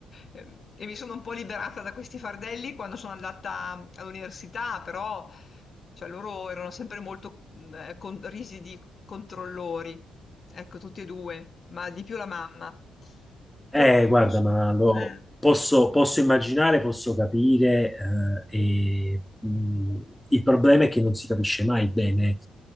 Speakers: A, on the left; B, in the centre.
A: Ehm, E mi sono un po' liberata da questi fardelli quando sono andata all'università, però cioè, loro erano sempre molto mh, eh, con- rigidi controllori, ecco, tutti e due, ma di più la mamma. Però,
B: Eh, guarda,
A: insomma,
B: ma lo-
A: eh,
B: posso, posso immaginare, posso capire, eh, e, mh, il problema è che non si capisce mai bene